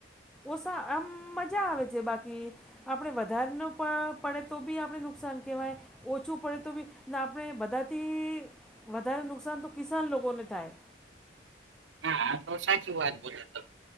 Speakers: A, in the centre; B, on the right.
A: ઓસા આમ મજા આવે છે બાકી. આપડે વધાર નુ પ-પડે તો બી આપડે નુકસાન કહેવાય ઓછું પડે તો બી ને આપણે બધાથી વધારે નુકસાન તો કિસાન લોગોને થાય.
B: હા તો સાચી વાત બોલ્યા તમ